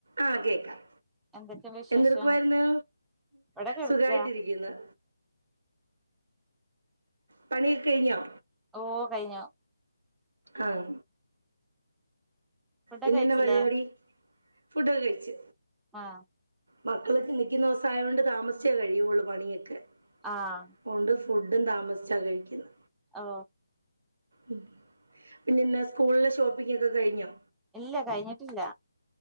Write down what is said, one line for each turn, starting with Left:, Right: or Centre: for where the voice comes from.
Right: ആ കേക്കാം
Centre: എന്തൊക്കെയുണ്ട് വിശേഷം
Right: എന്തെടുക്കുുവായിരുന്നു
Centre: ഇവിടെ കെടക്കാ
Right: സുഖായിട്ടിരിക്ക് ന്ന് പണിക്കെ കഴിഞ്ഞോ
Centre: ഓ കഴിഞ്ഞോ
Right: ഉം
Centre: ഫുഡൊക്കെ
Right: ഇല്യല്ല
Centre: കഴിച്ചില്ലേ
Right: പരിപാടി ഫുഡൊക്കെ കഴിച്ച്
Centre: ആഹ്
Right: മക്കളൊക്കെ നിക്ക്ന്ന വെസം ആയത് കൊണ്ട് താമസിച്ചേ കഴിയൂള്ളൂ പണിയൊക്കെ
Centre: ആഹ്
Right: അതുകൊണ്ട് ഫുഡും താമസിച്ചാ കഴിക്കുന്നു
Centre: ഓ
Right: ഉ പിന്നെന്നാ സ്കൂളിലെ ഷോപ്പിംഗ ഒക്കെ കഴിഞ്ഞോ?
Centre: ഇല്ല കഴിഞ്ഞിട്ടില്ല